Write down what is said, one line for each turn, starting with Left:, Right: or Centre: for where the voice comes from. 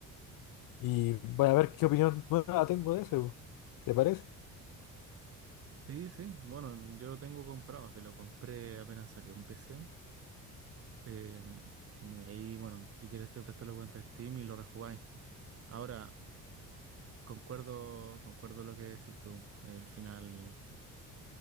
Left: Y voy a ver qué opinión nueva tengo de ese. po. ¿Te parece?
Right: Sí, sí. Bueno, yo lo tengo comprado. Se lo compré apenas salió en PC. Eh, y ahí, bueno, si quieres te presto la cuenta de Steam y lo rejugáis. Ahora, Concuerdo, concuerdo lo que decís tú. El final